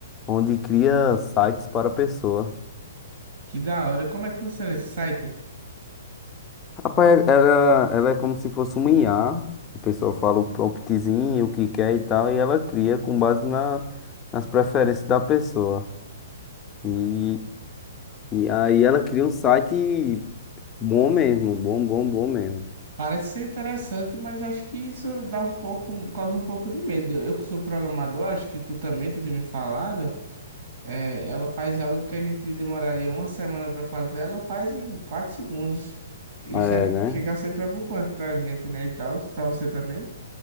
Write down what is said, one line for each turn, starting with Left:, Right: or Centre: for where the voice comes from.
Left: onde cria sites para a pessoa.
Right: Que da hora. Como é que funciona esse site?
Left: Rapaz, ela, ela é como se fosse uma IA. A A pessoa fala o promptzinho, o que quer e tal, e ela cria com base na, nas preferências da pessoa. E, e aí ela cria um site bom mesmo, bom, bom, bom mesmo.
Right: Parece ser interessante, mas acho que isso dá um pouco, causa um pouco de medo. Eu que sou programador, acho que tu também, tu tinha me falado, é, ela faz algo que a gente demoraria uma semana pra fazer, ela faz em quatro segundos. Isso
Left: É,
Right: é,
Left: né?
Right: chega a ser preocupante pra gente, né, e tal, pra você também.